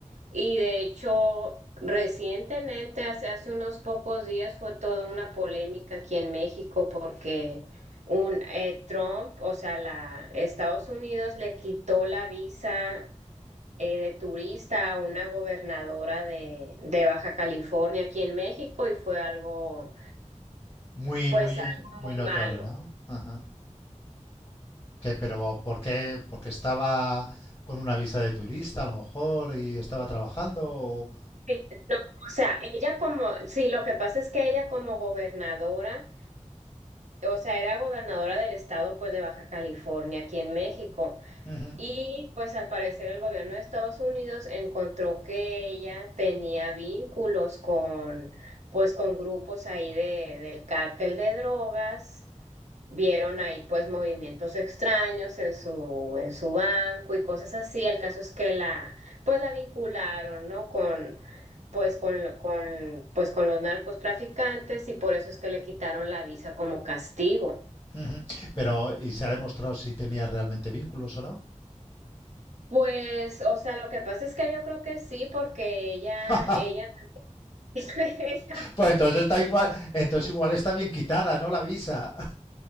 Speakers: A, on the right (about 65°); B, on the left (about 25°).
A: Y de hecho, recientemente, hace, hace unos pocos días, fue toda una polémica aquí en México porque un eh, Trump, o sea, la Estados Unidos le quitó la visa eh, de turista a una gobernadora de, de Baja California aquí en México y fue algo
B: Muy,
A: pues
B: muy,
A: algo
B: muy notorio,
A: muy malo.
B: ¿no? Ajá. ¿Qué, pero por qué? ¿Porque estaba con una visa de turista a lo mejor y estaba trabajando? o-
A: Sí, no, o sea, ella como, sí, lo que pasa es que ella como gobernadora, o sea, era gobernadora del estado pues de Baja California, aquí en México,
B: Ujú,
A: y pues al parecer el gobierno de Estados Unidos encontró que ella tenía vínculos con, pues con grupos ahí de, del cártel de drogas Vieron ahí pues movimientos extraños en su, en su banco y cosas así. El caso es que la, pues la vincularon, ¿no? Con, pues con, lo- con, pues con los narcotraficantes y por eso es que le quitaron la visa como castigo.
B: ujú. Pero, ¿y se ha demostrado si tenía realmente vínculos o no?
A: Pues, o sea, lo que pasa es que yo creo que sí, porque ella,
B: <laughs>
A: ella, <laughs> ella,
B: Pues entonces está igual, entonces igual está bien quitada, ¿no? La visa.